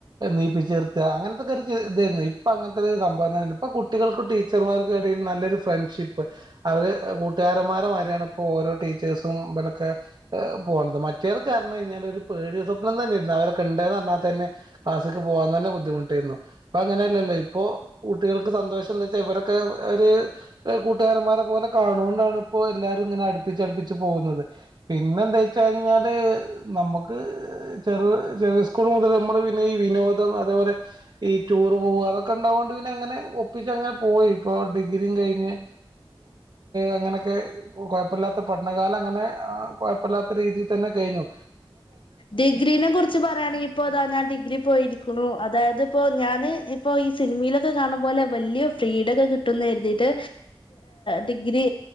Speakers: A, on the right; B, on the left.
A: നീപ്പിച്ച്ർത്ത അങ്ങൻത്തൊക്കെര് ഇതേര്ന്നു ഇപ്പൊ അങ്ങൻത്തെര് സംഭവന്നെല്ല ഇപ്പൊ കുട്ടികൾക്കും ടീച്ചർമാർക്കും ഇടയിൽ നല്ലൊരു ഫ്രണ്ട്ഷിപ്പ് അവര് കൂട്ടുകാരന്മാരമായ്രിയാണ് ഇപ്പോ ഓരോ ടീച്ചേസും ഇബലക്കെ പോന്നത് മറ്റേതകാരനയിന്നൽ ഒരു പേടി സ്വപ്നം തന്നെ ഇരുന്നു അവരൊക്കെ ഉണ്ടന്ന് പറഞ്ഞാൽ തന്നെ ക്ലാസ്സക്ക് പോവ ൻ തന്നെ ബുദ്ധിമുട്ടായിരുന്നു ഇപ്പൊ അങ്ങനെയല്ലല്ലോ ഇപ്പോൊ കുട്ടികൾക്ക് സന്തോഷം എന്തച്ചാൽ ഇവരൊക്കെ ഒരു കൂട്ടുകാരന്മാരെ പോലെ കാണുണ്ടാണ് ഇപ്പോ എല്ലാരുംങ്ങ അടുപ്പിച്ചടുപ്പിച്ച് പൊന്നത് പിന്നെന്താച്ചഴിഞ്ഞാല് നമ്മക്ക് ചെറു ചെറു സ്കൂള് മുതൽ നമ്മള് പിന്നെ ഈ വിനോദം അതേപോലെ ഈ റ്റൂർ പോവാ അതൊക്കെണ്ടാവോണ്ട് പിന്നെ അങ്ങനെ ഒപ്പിച്ചങ്ങനെ പോയി ഇപ്പോ ഡിഗ്രി കഴിഞ്ഞ് അങ്ങനൊക്കെ കൊഴ് പ്പല്ലാത്ത പഠനകാലം അങ്ങനെകൊയപ്പല്ലാത്ത രീതിതന്നെ കയി ഞ്ഞു.
B: ഡിഗ്രീനെ കുറിച്ച് പറയാണെങ്കി ഇപ്പോതാ ഞാൻ ഡിഗ്രി പോയിരിക്കണു അതാതിപ്പോ ഞാന് ഇപ്പൊ ഈ സിനിമയിലൊക്കെ കാണു പോലെ വലിയ ഫ്രീഡം ഒക്കെ കിട്ടുന്ന കരുതിട്ട് ഡിഗ്രി